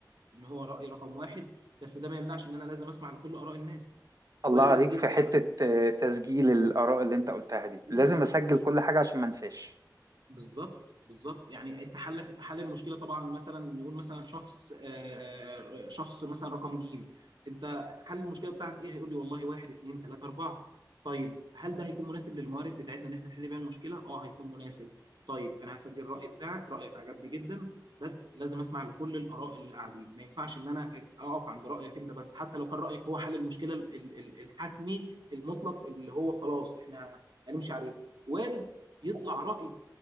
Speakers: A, on the right; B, on the right.
A: ان هو راي رقم واحد بس ده ما يمنعش ان انا لازم اسمع لكل اراء الناس
B: الله
A: وارد
B: عليك
A: جدا
B: في حتة آه، تسجيل الآراء اللي انت قلتها دي
A: اكيد
B: لازم اسجل
A: اكيد
B: كل حاجة عشان ما انساش
A: بالظبط بالظبط يعني انت حلك حل المشكله طبعا مثلا نقول مثلا شخص آه، آه، آه، شخص مثلا رقم جيم انت حل المشكله بتاعك ايه هيقول لي والله واحد اتنين تلاته اربعه طيب هل ده هيكون مناسب للموارد بتاعتنا ان احنا نحل بيها المشكله؟ اه هيكون مناسب طيب انا هسجل الراي بتاعك رايك عجبني جدا بس لازم اسمع لكل الاراء اللي قاعدين ما ينفعش ان انا أج- اقف عند رايك انت بس حتى لو كان رايك هو حل المشكله ال- ال- الحتمي المطلق اللي هو خلاص احنا هنمشي عليه وارد يطلع رأي